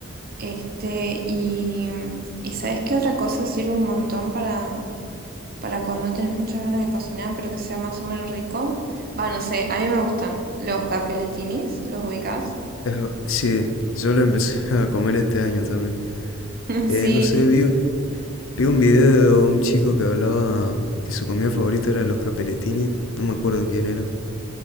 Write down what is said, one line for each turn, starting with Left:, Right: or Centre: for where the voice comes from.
Right: Este, y, y ¿sabes qué otra cosa sirve un montón para, para cuando no tenés muchas ganas de cocinar, pero que sea más o menos rico. Va, no sé, a mí me gustan los capelletinis, ¿los ubicás?
Left: Eso- sí, yo lo empecé <laughs> a comer este año también.
Right: <laughs>
Left: Eh,
Right: Sí.
Left: no sé, vi, vi un video de un chico que hablaba que su comida favorita era los capeletines. No me acuerdo quién era.